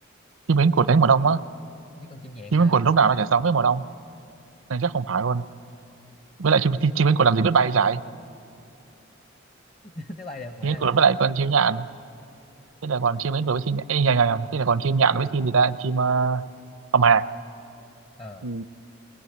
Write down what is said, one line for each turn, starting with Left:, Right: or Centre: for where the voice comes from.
Right: chim cánh cụt
Left: với con
Right: đến mùa đông á
Left: với con chim nhạn
Right: chim
Left: nữa
Right: cánh cụt lúc nào nó chả sống với mùa đông nên chắc không phải luôn với lại chim chim, chim cánh cụt làm gì biết bay chạy
Left: <laughs> nó bay được mà
Right: chim cánh cụt với lại con chim nhạn thế là còn chim cánh cụt với chim nhạn Ê, nhầm, nhầm, nhầm. thế là còn chim nhạn với chim gì ta chim à, hồng hạc
Left: ờ
Right: ừ.